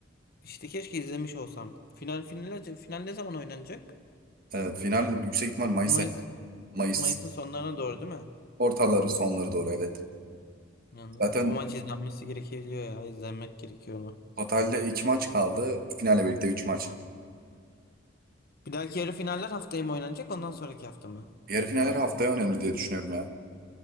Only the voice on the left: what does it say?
işte keşke izlemiş olsam. Final final final ne zaman oynanacak?
Mayıs'ın
Mayıs'ın sonlarına doğru değil mi?
Anladım.
O maç izlenmesi gerekiyor ya. İzlenmek gerekiyor onu.
Bir dahaki yarı finaller haftaya mı oynanacak? Ondan sonraki hafta mı?